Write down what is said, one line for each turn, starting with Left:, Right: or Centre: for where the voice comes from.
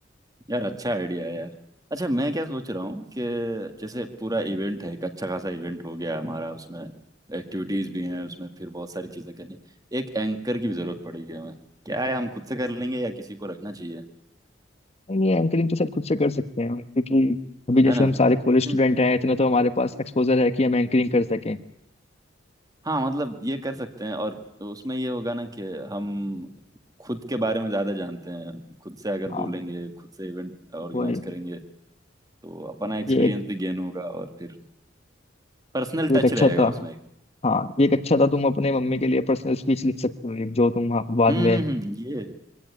Right: यार अच्छा आइडिया है यार अच्छा मैं क्या सोच रहा हूँ कि जैसे पूरा इवेंट है एक अच्छा खासा इवेंट हो गया हमारा उसमें एक्टिविटीज भी हैं उसमें फिर बहुत सारी चीजें करनी एक एंकर की भी जरूरत पड़ेगी हमें क्या है हम खुद से कर लेंगे या किसी को रखना चाहिए
Left: नहीं ये एंकरिंग तो शायद खुद से कर सकते हैं क्योंकि अभी जैसे
Right: है ना
Left: हम सारे कॉलेज स्टूडेंट
Right: क्योंकि
Left: हैं इतना तो हमारे पास एक्सपोजर है कि हम एंकरिंग कर सकें
Right: हाँ मतलब ये कर सकते हैं और उसमें ये होगा ना कि हम खुद के बारे में ज्यादा जानते हैं खुद से अगर
Left: हाँ
Right: बोलेंगे खुद से इवेंट ऑर्गेनाइज
Left: वही
Right: करेंगे तो अपना एक्सपीरियंस
Left: ये एक
Right: भी गेन होगा और फिर पर्सनल
Left: ये
Right: टच
Left: एक अच्छा
Right: रहेगा
Left: था
Right: उसमें
Left: हाँ ये एक अच्छा था तुम अपने मम्मी के लिए पर्सनल स्पीच लिख सकते हो एक जो तुम हाँ, बाद
Right: हम्म
Left: में
Right: हम्म हम्म, ये